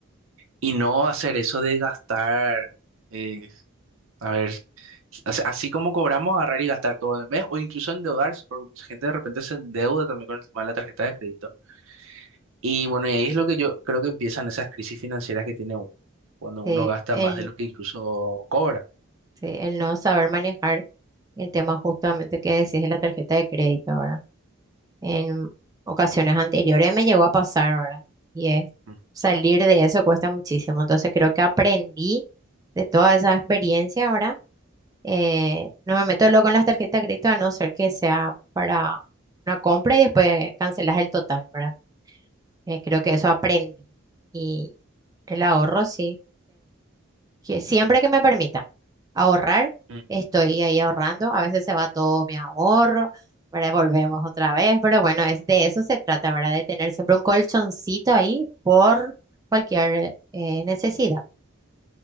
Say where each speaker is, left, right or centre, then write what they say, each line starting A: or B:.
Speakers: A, on the right (about 70°); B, on the right (about 15°).
A: y no hacer eso de gastar, eh, a ver, o sea, así como cobramos, agarrar y gastar todo en el mes o incluso endeudarse, porque mucha gente de repente se endeuda también con el tema de la tarjeta de crédito Y bueno, y ahí es lo que yo creo que empiezan esas crisis financieras que tiene uno, cuando
B: sí,
A: uno gasta
B: el-
A: más de lo que incluso cobra.
B: Sí, el no saber manejar el tema justamente que decís de la tarjeta de crédito, ¿verdad? En ocasiones anteriores me llegó a pasar, ¿verdad? Y es
A: Ujú.
B: salir de eso cuesta muchísimo. Entonces creo que aprendí de toda esa experiencia, ¿verdad? Eh, no me meto luego con las tarjetas de crédito a no ser que sea para una compra y después cancelas el total, ¿verdad? Eh, creo que eso aprendí. Y el ahorro, sí que siempre que me permita ahorrar,
A: Mm.
B: estoy ahí ahorrando. A veces se va todo mi ahorro, pero volvemos otra vez. Pero bueno, es de eso se trata, ¿verdad? De tener siempre un colchoncito ahí por cualquier eh, necesidad,